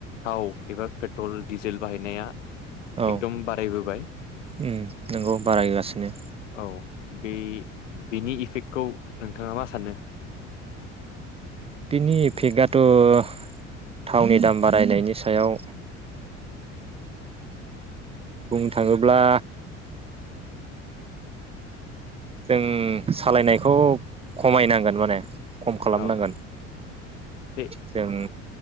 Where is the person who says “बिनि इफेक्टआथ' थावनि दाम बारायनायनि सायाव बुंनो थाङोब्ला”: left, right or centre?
Right